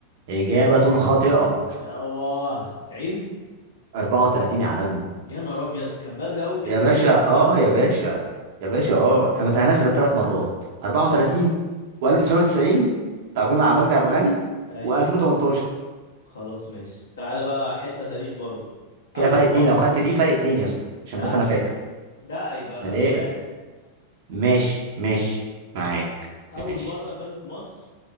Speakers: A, on the right; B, on the left.
A: إجابة خاطئة
B: يابا 90
A: <laughs> 34 يا عالمي
B: يا نهار ابيض كان بدري قوي كده
A: يا باشا اه يا باشا يا باشا اه احنا ما تاهناش غير ثلاث مرات 34
B: اه
A: و1990 بتاع جون عبد المجيد عبد الغني
B: ايوه
A: و2018
B: خلاص ماشي تعالى بقى حتة تاريخ برضو
A: كده
B: أول
A: فرق اتنين
B: مرة
A: لو خدت دي فرق اتنين يا اسطى عشان
B: لا
A: بس انا فاكر
B: ده هيبقى
A: لا
B: فرق
A: ليه
B: واحد
A: ماشي ماشي معاك
B: أول
A: ماشي
B: مرة فازت مصر